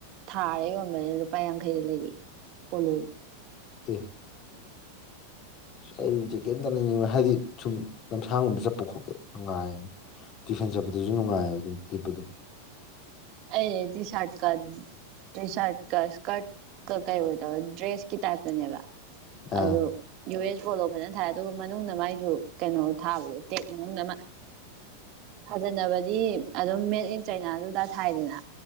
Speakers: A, on the right (about 40°); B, on the left (about 35°).
A: ꯊꯥꯔ ꯌꯣꯟꯕꯅꯤ ꯂꯨꯄꯥ ꯌꯥꯡꯈꯩꯗ ꯂꯩꯔꯛꯑꯦ ꯄꯣꯂꯣꯒꯤ
B: ꯎ ꯑ ꯑꯩꯁꯦ ꯀꯩꯝꯇ ꯂꯩꯅꯤꯡꯕ ꯍꯥꯏꯗꯤ ꯁꯨꯝ ꯂꯝꯁꯥꯡꯒꯨꯝꯕ ꯆꯠꯄ ꯈꯣꯠꯄ ꯅꯨꯡꯉꯥꯏꯅꯤ ꯇꯨꯐꯟ ꯆꯠꯄꯗꯨꯗꯁꯨ ꯅꯨꯡꯉꯥꯏꯕ ꯑꯗꯨꯝ ꯂꯤꯠꯄꯗꯣ
A: ꯑꯦ ꯇꯤ ꯁꯠꯀ ꯇꯤ ꯁꯥꯔꯠꯀ ꯏꯁꯀꯥꯔꯠꯀ ꯀꯩ ꯑꯣꯏ ꯇꯧꯔ ꯗ꯭ꯔꯦꯁꯀꯤ ꯇꯥꯏꯞꯇꯅꯦꯕ
B: ꯑꯥ
A: ꯑꯗꯨ ꯌꯨ ꯑꯦꯁ ꯣꯠꯂꯣ ꯐꯖꯅ ꯊꯥꯏ ꯑꯗꯨꯒ ꯃꯅꯨꯡꯗ ꯃꯥꯏꯁꯨ ꯀꯩꯅꯣ ꯊꯥꯕꯗꯣ ꯇꯦꯛ ꯃꯅꯨꯡꯗ ꯐꯖꯅꯕꯗꯤ ꯑꯗꯨꯝ ꯃꯦꯠ ꯏꯟ ꯆꯩꯅꯥꯗꯨꯗ ꯊꯥꯏꯗꯅ